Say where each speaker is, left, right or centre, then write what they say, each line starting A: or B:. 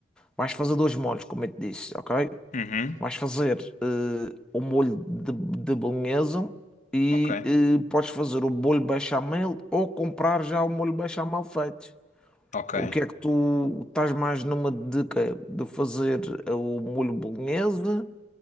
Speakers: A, in the centre; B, on the left.
A: Vais fazer dois molhos, como eu te disse, ok?
B: Uhum.
A: Vais fazer eh, o molho de, de bolonhesa e
B: Ok,
A: eh, podes fazer o molho bechamel ou comprar já o molho bechamel feito.
B: ok.
A: O que é que tu estás mais numa de quê? De fazer eh, o molho bolonhesa